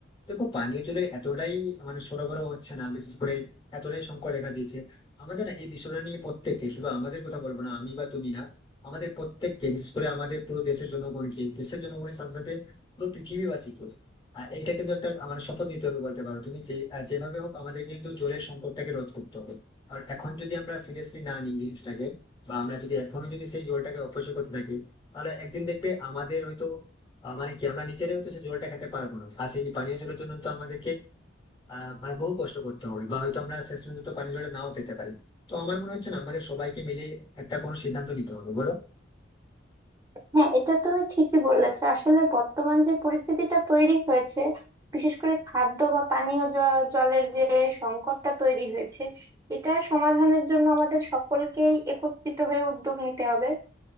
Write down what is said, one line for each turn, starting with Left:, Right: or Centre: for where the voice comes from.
Left: দেখো পানীয় জলের এতটাই মানে সরবরাহ হচ্ছে না বিশেষ করে এতটাই সংকট দেখা দিয়েছে আমাদের না এই বিষয়টা নিয়ে প্রত্যেককে শুধু আমাদের কথা বলবো না আমি বা তুমি না আমাদের প্রত্যেককে বিশেষ করে আমাদের পুরো দেশের জনগণকে দেশের জনগণের সাথে সাথে পুরো পৃথিবীবাসীকে আহ, এটা কিন্তু একটা আমার শপথ নিতে হবে বলতে পারো তুমি যে আহ, যেভাবে হোক আমাদের কিন্তু জলের সংকটটাকে রোধ করতে হবে কারণ এখন যদি আমরা সিরিয়াসলি না নিই জিনিসটাকে বা আমরা যদি এখনো যদি সেই জলটাকে অপচয় করতে থাকি তাহলে একদিন দেখবে আমাদের হয়তো আহ, মানে কি আমরা নিজেরাই হয়তো সেই জলটা খেতে পারবো না আর সেই পানীয় জলের জন্য তো আমাদেরকে আহ মানে বহু কষ্ট করতে হবে বা হয়তো আমরা শেষ পর্যন্ত পানীয় জলটা নাও পেতে পারি তো আমার মনে হচ্ছে না আমাদের সবাইকে মিলে একটা কোনো সিদ্ধান্ত নিতে হবে বলো
Right: হ্যাঁ এটা তুমি ঠিকই বলেছ আসলে বর্তমান যে পরিস্থিতিটা তৈরি হয়েছে বিশেষ করে খাদ্য বা পানীয় জ- জলের যে সংকটটা তৈরি হয়েছে এটা সমাধানের জন্য আমাদের সকলকেই একত্রিত হয়ে উদ্যোগ নিতে হবে